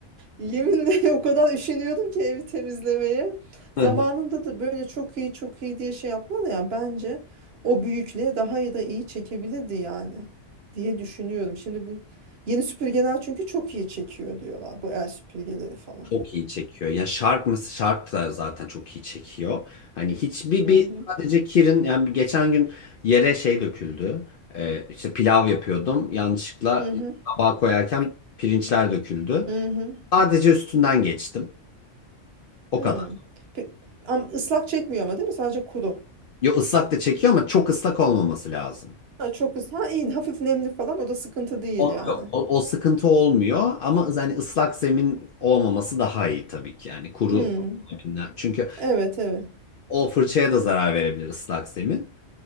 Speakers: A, on the right; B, on the left.
A: Yeminle <laughs> o kadar üşeniyordum ki evi temizlemeye. Zamanında
B: <laughs>
A: da böyle çok iyi çok iyi diye şey yaptılar ya bence o büyüklüğe daha iyi da iyi çekebilirdi yani diye düşünüyorum. Şimdi bu yeni süpürgeler çünkü çok iyi çekiyor diyorlar bu el süpürgeleri falan.
B: çok iyi çekiyor. Ya şark mı? Shark da zaten çok iyi çekiyor. Hani hiçbir
A: Hı
B: bir
A: hı.
B: sadece Kirin yani geçen gün yere şey döküldü. Ee, işte pilav yapıyordum. Yanlışlıkla
A: Hı hı.
B: tabağa koyarken pirinçler döküldü.
A: Hı hı.
B: Sadece üstünden geçtim. O
A: hı.
B: kadar.
A: Pe- Ama ıslak çekmiyor ama değil mi? Sadece kuru.
B: Yo ıslak da çekiyor ama çok ıslak olmaması lazım.
A: Ha, çok ıslak. Ha iyi hafif nemli falan o da sıkıntı değil
B: Olmuyor.
A: yani.
B: O, o sıkıntı olmuyor ama yani ıslak zemin olmaması daha iyi tabii ki yani kuru
A: Hı.
B: zeminler. Çünkü
A: Evet evet.
B: o fırçaya da zarar verebilir ıslak zemin.